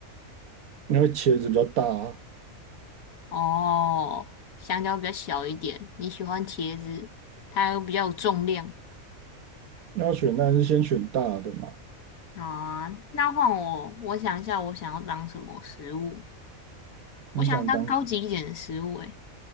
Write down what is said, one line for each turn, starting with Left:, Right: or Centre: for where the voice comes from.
Right: 因为茄子比较大啊，
Left: 哦，香蕉比较小一点，你喜欢茄子，它又比较有重量，
Right: 要选当然是先选大的嘛。
Left: 好啊，那换我，我想一下，我想要当什么食物？
Right: 你想当，
Left: 我想要当高级一点的食物、欸，诶，